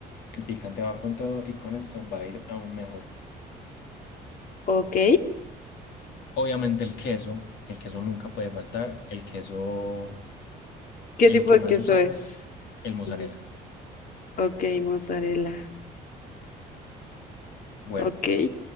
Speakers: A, on the left; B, on the left.
A: El picante va con todo y con eso va a ir aún mejor.
B: Ok.
A: Obviamente el queso, el queso nunca puede faltar, el queso,
B: ¿Qué
A: el
B: tipo
A: que
B: de
A: más
B: queso
A: usamos,
B: es?
A: el mozzarella.
B: Ujú. Ok, mozzarella.
A: Bueno,
B: Ok,